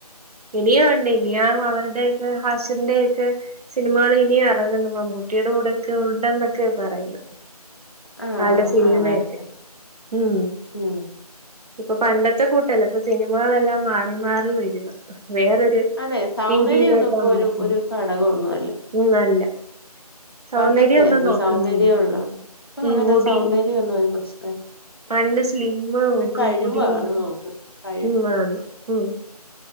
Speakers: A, on the right; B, on the left.
A: ഇനിയും വണ്ട് ഇനിയ അവരുടെയ ഒക്കെ ഹാഷറിന്റെൊക്കെ സിനിമകൾ ഇനിയും ഇറങ്ങുന്നു മമ്മൂട്ടിയുടെ കൂടെയൊക്കെ ഉണ്ടെന്നൊക്കെ പറയുന്നു
B: ആഹ്
A: ആള്ടെ സിനിമ
B: ആവാരുന്ന്
A: ഒക്കെ ഉം
B: ഉം
A: ഇപ്പൊ പണ്ടത്തെ കൂട്ടല്ലേ ഇപ്പൊ സിനിമകളെല്ലാം മാറി മാറി വരക വേറൊരു
B: അതെ സൗന്ദര്യംന്നും
A: രീതിയിലോട്ടാ
B: ഇപ്പൊ
A: മാറ്റുന്നെ
B: ഒരു ഒരു ഘടകംന്നും അല്ല
A: ഉം അല്ല സൗന്ദര്യം
B: പണ്ടൊക്കെയായിരുന്നു
A: ഒന്നും നോക്കുന്നില്ല
B: സൗന്ദര്യം ഉള്ള അപ്പൊ
A: ഉം
B: അങ്ങനെ
A: മുടി
B: സൗന്ദര്യം ഒന്നും ഒരു പ്രശ്ന
A: പണ്ട് സ്ലിമ്മ നോക്കും
B: കഴിവാണ്
A: മുടി നോക്കും
B: നോക്കുന്നത് കഴിവ്
A: ഉം ആന്നു ഉം